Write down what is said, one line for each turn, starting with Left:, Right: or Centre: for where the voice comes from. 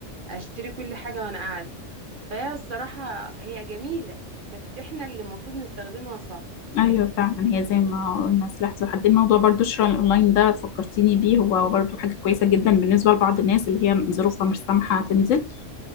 Right: اشتري كل حاجه وانا قاعده فهي الصراحه هي جميله بس احنا اللي المفروض نستخدمها صح
Left: ايوه فعلا هي زي ما قلنا سلاح ذو حدين الموضوع برضو الشراء الاونلاين ده فكرتيني بيه هو برضو حاجه كويسه جدا بالنسبه لبعض الناس اللي هي ظروفها مش سامحه تنزل